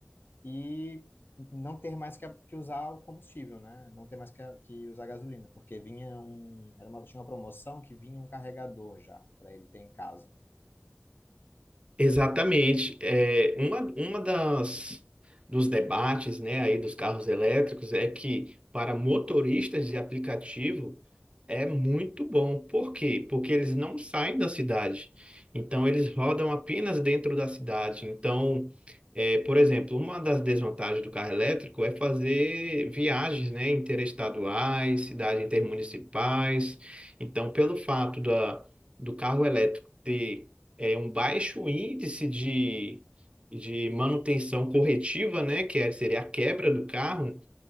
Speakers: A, on the left; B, on the right.
A: e não ter mais que, a- que usar o combustível, né? Não ter mais que, a- que usar gasolina, porque vinha um, era uma, tinha uma promoção que vinha um carregador já para ele ter em casa.
B: exatamente. É, uma, uma das... dos debates, né, aí dos carros elétricos é que para motoristas de aplicativo É muito bom. Por quê? Porque eles não saem da cidade. Então, eles rodam apenas dentro da cidade. Então, é, por exemplo, uma das desvantagens do carro elétrico é fazer viagens, né, interestaduais, cidades intermunicipais. Então, pelo fato da, do carro elétrico ter, é, um baixo índice de, de manutenção corretiva, né, que é- seria a quebra do carro,